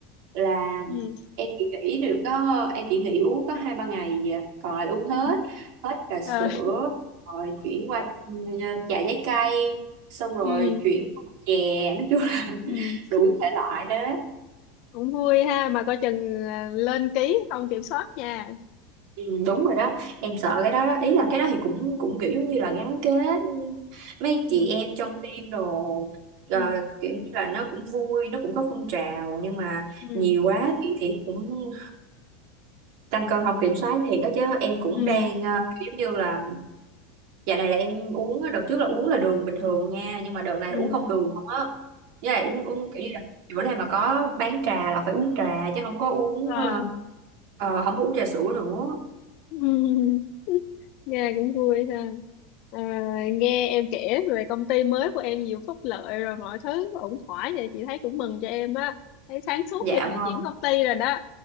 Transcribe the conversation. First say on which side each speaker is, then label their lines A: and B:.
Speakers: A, on the right; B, on the left.
A: là
B: ừ
A: em chỉ nghỉ được có em chỉ nghỉ uống có hai ba ngày gì à. còn lại uống hết
B: ừ
A: hết trà sữa
B: trời
A: rồi chuyển qua ừ, trà trái cây xong rồi
B: ừ
A: chuyển qua chè nói chung là
B: ừ
A: <laughs> đủ thể loại đó
B: cũng vui ha mà coi chừng à, lên ký không kiểm soát nha
A: Ừ, đúng rồi đó em sợ cái đó, đó ý là cái đó thì cũng cũng kiểu giống như là gắn kết mấy chị
B: ừ
A: em trong team đồ ờ,
B: ừ
A: kiểu như là nó cũng vui nó cũng có phong trào nhưng mà
B: ừ
A: nhiều quá thì thì cũng tăng cân không kiểm soát thì có chứ em cũng
B: ừ
A: đang ờ, kiểu giống như là dạo này là em uống á, đợt trước là uống là đường bình thường nha nhưng mà đợt này
B: ừ
A: là uống không đường không á với lại uống uống kiểu như là bữa nay mà có bán trà là phải uống trà chứ không có uống
B: à
A: ờ, ờ, không có uống trà sữa nữa
B: ừ. nghe cũng vui ha à, nghe em kể về công ty mới của em nhiều phúc lợi rồi mọi thứ ổn thỏa vậy chị thấy cũng mừng cho em á thấy sáng suốt
A: dạ
B: khi mà
A: vâng
B: chuyển công ty rồi đó